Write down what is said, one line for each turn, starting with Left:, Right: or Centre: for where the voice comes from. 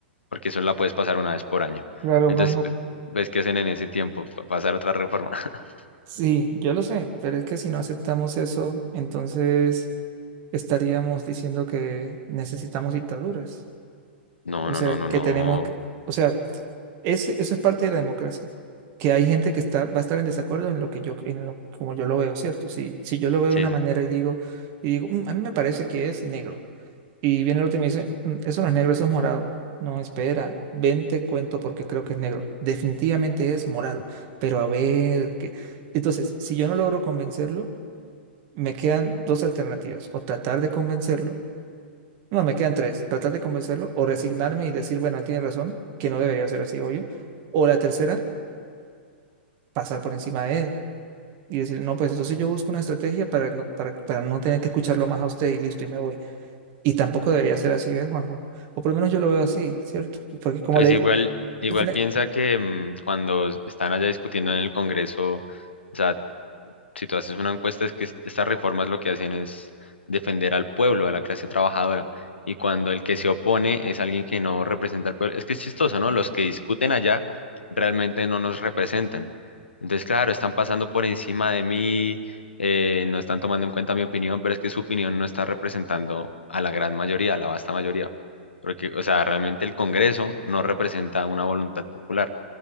Left: porque solo la puedes pasar una vez por año.
Right: claro,
Left: Entonces,
Right: Juan,
Left: pe- pues, ¿qué hacen en ese tiempo? Pa- Pasar otra reforma. <laughs>
Right: Sí, yo lo sé, pero es que si no aceptamos eso, entonces estaríamos diciendo que necesitamos dictaduras.
Left: No,
Right: O
Left: no,
Right: sea,
Left: no, no,
Right: que
Left: no.
Right: tenemos que, o sea, eso, eso es parte de la democracia, que hay gente que está, va a estar en desacuerdo en lo que yo, en lo, como yo lo veo, ¿cierto? Si, si yo lo veo
Left: Sí,
Right: de una
Left: sí.
Right: manera y digo, y digo, "Mm, a mí me parece que es negro. Y viene el otro y me dice, "Mm, eso no es negro, eso es morado. No, espera, ven, te cuento porque creo que es negro. Definitivamente es morado, pero a ver qué. Entonces, si yo no logro convencerlo, me quedan dos alternativas, o tratar de convencerlo, no, me quedan tres, tratar de convencerlo, o resignarme y decir, bueno, él tiene razón, que no debería ser así, obvio, o la tercera, pasar por encima de él y decir, no, pues entonces yo busco una estrategia para no, para, para no tener que escucharlo más a usted y listo, y me voy. Y tampoco debería ser así, ¿ves, Juanjo? O por lo menos yo lo veo así, ¿cierto? Porque como
Left: Pues
Right: le
Left: igual,
Right: digo,
Left: igual
Right: al final,
Left: piensa que mm, cuando están allá discutiendo en el Congreso, o sea, si tú haces una encuesta, es que est- estas reformas lo que hacen es defender al pueblo, a la clase trabajadora. Y cuando el que se opone es alguien que no representa al pueblo, es que es chistoso, ¿no? Los que discuten allá realmente no nos representan. Entonces, claro, están pasando por encima de mí, eh, no están tomando en cuenta mi opinión, pero es que su opinión no está representando a la gran mayoría, a la vasta mayoría. Porque, o sea, realmente el Congreso no representa una voluntad popular